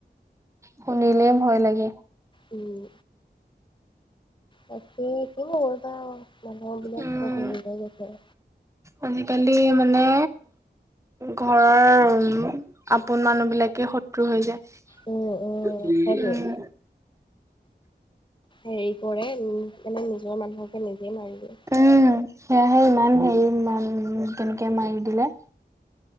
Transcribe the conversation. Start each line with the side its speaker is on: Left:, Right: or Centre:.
Right: শুনিলেই ভয় লাগে।
Left: উম। তাকেই কিনো কৰিবা আৰু মানুহ বিলাক
Right: উম,
Left: চব হেৰি হৈ গৈছে।
Right: আজিকালি মানে ঘৰৰ আপোন মানুহ বিলাকে শত্ৰু হৈ যায়।
Left: উম, উম, সেইটোৱে।
Right: উম।
Left: হেৰি কৰে উম সেইকাৰণে নিজৰ মানুহকে নিজে মাৰি দিয়ে।
Right: উম সেয়াহে ইমান হেৰি মান কেনেকে মাৰি দিলে।